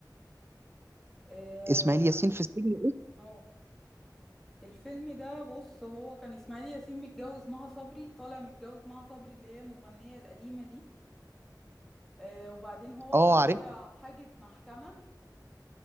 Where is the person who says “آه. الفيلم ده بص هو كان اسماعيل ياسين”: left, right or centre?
Centre